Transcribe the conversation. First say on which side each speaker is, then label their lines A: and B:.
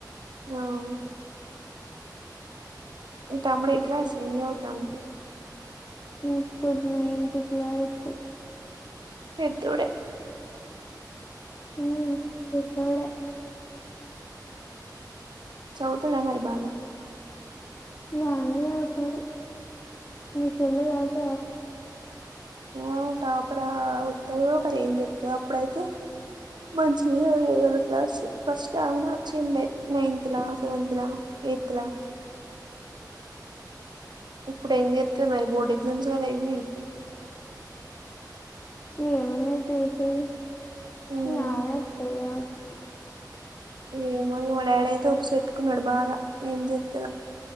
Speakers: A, on the right (about 80°); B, on the left (about 35°).
A: అవును మీ తమ్ముడు ఎ క్లాస్ ఏం చదువుతం
B: ఇప్పుడు నైన్త్ క్లాస్
A: పెద్దొడే
B: ఉ ఇక్కడే
A: చవుతుల మరి బాగా
B: బానే రావుతారు విషేలే రావుత
A: ఆ టాపర్ వత్తందో ఒకరి ఏం చెప్పారు అప్పుడైతే మంచిది క్లాస్ ఫస్ట్ ఆవునా వచ్చిండే నైన్త్ లా సెవెంతత్ లా ఎయిత్ లా ఇప్పుడు ఏం చెస్తాయి మరి బోర్డు ఎగ్జామ్స్ కదా ఇవి
B: ఏమన్నా చేసేది
A: మ్మ్
B: న ఆమె వస్తుంది వచ్చ
A: ఏమో మా డాడీ అయితే ట్టుకున్నాడు బాగా ఏం చేస్తంద